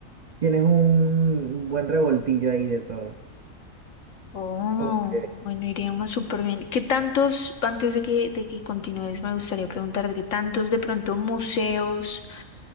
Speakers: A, on the right; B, on the left.
A: tienes un, un buen revoltillo ahí de todo.
B: Oh,
A: Ok.
B: bueno, iríamos súper bien. ¿Qué tantos, antes de que, de que continúes, me gustaría preguntar de qué tantos de pronto museos,